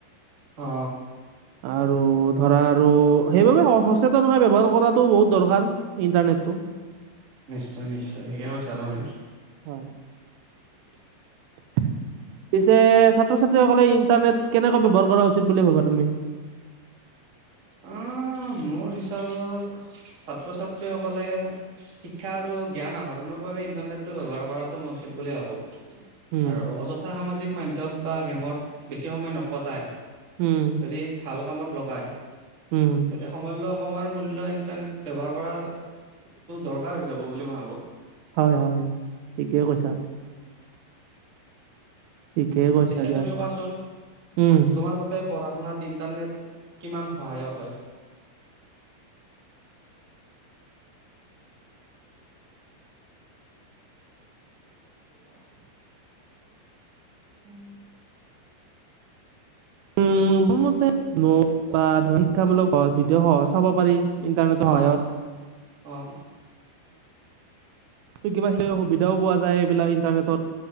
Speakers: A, on the right; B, on the right.
A: অ
B: আৰু ধৰা আৰু সেইবাবে স সচেতন হয় ব্যৱহাৰ কৰাতটো বহুত দৰকাৰ ইণ্টাৰনেটটো
A: নিশ্চয় নিশ্চয় ঠিকে কৈছা তুমি
B: হয় পিছে ছাত্ৰ ছাত্ৰী সকলে ইণ্টাৰনেট কেনেকৈ ব্যৱহাৰ কৰা উচিত বুলি ভাবা তুমি
A: অ মোৰ হিচাপত ছাত্ৰ ছাত্ৰীসকলে শিক্ষা আৰু জ্ঞান আহৰণৰ বাবে ইন্টাৰনেটটো ব্যৱহাৰ কৰাটো মই উচিত বুলি ভাবো
B: উম,
A: আৰু অযথা সামাজিক মাধ্যয়ম বা গেমত বেছি সময় নকটাই
B: উম,
A: যদি ভাল কামত লগায়
B: উম
A: এ সমল্য সময়ৰ মূল্য ইন্টাৰনেট ব্যৱহাৰ কৰাটো দৰকাৰ হৈ যাব বুলি মই ভাবোঁ
B: হয় হয় ঠিকে কৈছা ঠিকে কৈছা
A: পিছে
B: দিয়া।
A: তুমি কোৱাচোন
B: উম,
A: তোমাৰ ম তে পঢ়া শুনাত ইণ্টাৰনেট কিমান সহায়ক হয় <unintelligible> উ
B: উম মোৰ মতে নোট বা ধৰ শিক্ষামূলক ভিডিঅ' সহ চাব পাৰি ইণ্টাৰনেটৰ সহায়ত।
A: অহ অহ
B: তোৰ কিবা আহিলে অহ সুবিধাও পোৱা যায় এইবিলাক ইন্টাৰনেটত